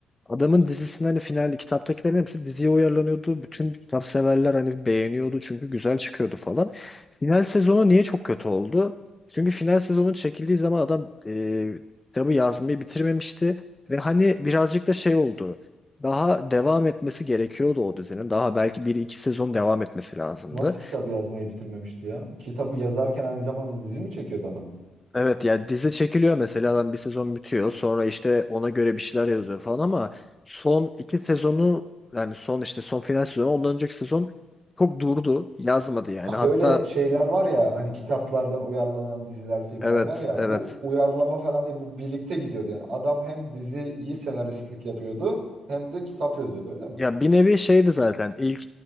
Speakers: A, on the left; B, on the right.
A: Adamın dizisinin hani final kitaptakilerin hepsi diziye uyarlanıyordu. Bütün kitap severler hani beğeniyordu çünkü güzel çıkıyordu falan. Final sezonu niye çok kötü oldu? Çünkü final sezonun çekildiği zaman adam e, kitabı yazmayı bitirmemişti. Ve hani birazcık da şey oldu. Daha devam etmesi gerekiyordu o dizinin. Daha belki bir iki sezon devam etmesi lazımdı.
B: Nasıl kitabı yazmayı bitirmemişti ya? Kitabı yazarken aynı zamanda dizi mi çekiyordu adam?
A: Evet ya dizi çekiliyor mesela adam bir sezon bitiyor sonra işte ona göre bir şeyler yazıyor falan ama son iki sezonu yani son işte son final sezonu ondan önceki sezon çok durdu yazmadı yani
B: Ha
A: hatta
B: böyle şeyler var ya hani kitaplardan uyarlanan diziler, filmler
A: evet
B: var ya
A: evet
B: bu uyarlama falan değil bu birlikte gidiyordu yani. Adam hem diziyi senaristlik yapıyordu hem de kitap yazıyordu öyle mi?
A: Ya bir nevi şeydi zaten ilk